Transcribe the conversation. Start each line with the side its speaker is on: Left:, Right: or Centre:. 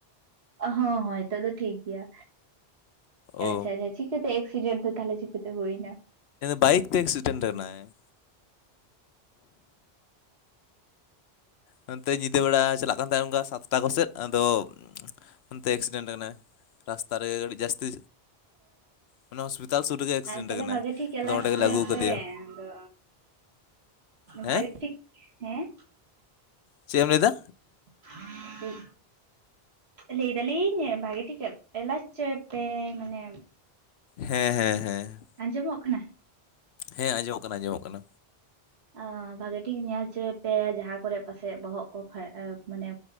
Right: ᱦᱚᱸ ᱦᱚᱸ ᱦᱤᱛᱚᱜ ᱫᱚ ᱴᱷᱤᱠ ᱜᱮᱭᱟ
Left: ᱚ
Right: ᱟᱪᱪᱷᱟ ᱟᱪᱪᱷᱟ᱾ ᱪᱤᱠᱟᱹᱛᱮ ᱮᱠᱥᱤᱰᱮᱱᱴ ᱫᱚ ᱛᱟᱦᱞᱮ ᱪᱤᱠᱟᱹᱛᱮ ᱦᱳᱭᱱᱟ
Left: ᱵᱟᱭᱤᱠ ᱛᱮ ᱮᱠᱥᱤᱰᱮᱱᱴ ᱨᱮᱱᱟᱭ <inaudible>
Right: <inaudible>
Left: ᱱᱚᱱᱛᱮ ᱧᱤᱫᱟᱹ ᱵᱮᱲᱟ ᱪᱟᱞᱟᱜ ᱠᱟᱱ ᱛᱟᱦᱮᱫ ᱚᱱᱠᱟ ᱥᱟᱛᱴᱟ ᱠᱚᱥᱮᱫ ᱟᱫᱚ ᱚᱱᱛᱮ ᱮᱠᱥᱤᱰᱮᱱ ᱞᱮᱱᱟᱭ ᱨᱟᱥᱛᱟ ᱨᱮ ᱟᱹᱵᱤ ᱡᱟᱹᱥᱛᱤ ᱢᱟᱱᱮ ᱦᱚᱥᱯᱤᱴᱟᱞ ᱥᱩᱨ ᱨᱮᱜᱮ ᱮᱠᱥᱤᱰᱮᱱᱴ
Right: ᱛᱟᱦᱞᱮ
Left: ᱟᱠᱟᱱᱟᱭ
Right: ᱵᱷᱟᱜᱮ ᱴᱷᱤᱠ ᱮᱞᱟᱪ
Left: ᱟᱫᱚ ᱚᱸᱰᱮ
Right: ᱦᱚᱪᱚᱭ
Left: ᱜᱮᱞᱮ ᱟᱹᱜᱩ ᱟᱠᱟᱫᱮᱭᱟ
Right: ᱯᱮ ᱟᱫᱚ
Left: ᱦᱮᱸ
Right: ᱵᱷᱟᱜᱮ ᱴᱷᱤᱠ ᱦᱮᱸ
Left: ᱪᱮᱫ ᱮᱢ ᱞᱟᱹᱭᱫᱟ
Right: <unintelligible> ᱞᱟᱹᱭ ᱫᱟᱞᱤᱧ ᱵᱷᱟᱜᱮ ᱴᱷᱤᱠ ᱮᱞᱟᱪ ᱦᱚᱪᱚᱭᱮ ᱯᱮ ᱢᱟᱱᱮ
Left: ᱦᱮᱸ ᱦᱮᱸ ᱦᱮᱸ
Right: ᱟᱸᱡᱚᱢᱚᱜ ᱠᱟᱱᱟ
Left: ᱦᱮᱸ ᱟᱸᱡᱚᱢᱚᱜ ᱠᱟᱱᱟ ᱟᱸᱡᱚᱢᱚᱜ ᱠᱟᱱᱟ
Right: ᱚ ᱵᱷᱟᱜᱮ ᱴᱷᱤᱠ ᱧᱮᱞ ᱦᱚᱪᱚᱭ ᱯᱮ ᱡᱟᱦᱟᱸ ᱠᱚᱨᱮ ᱯᱟᱥᱮ ᱵᱚᱦᱚᱜ ᱠᱚ ᱯᱷᱟ ᱮ ᱢᱟᱱᱮ